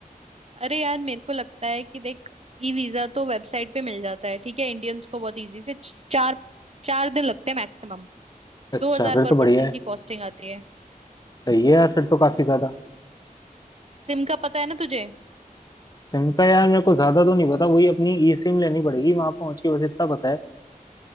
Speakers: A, on the right; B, on the left.
A: अरे यार मेरे को लगता है कि देख ई वीजा तो वेबसाइट पे मिल जाता है ठीक है इंडियंस को बहुत इजी से च- चार चार दिन लगते हैं मैक्सिमम
B: अच्छा
A: दो हजार
B: फिर
A: पर
B: तो बढ़िया
A: पर्सन
B: है
A: की कॉस्टिंग आती है
B: सही है यार फिर तो काफी ज्यादा
A: सिम का पता है ना तुझे
B: सिम का यार मेरे को ज्यादा तो नहीं पता वही अपनी ई सिम लेनी पड़ेगी वहां पहुंच के बस इतना पता है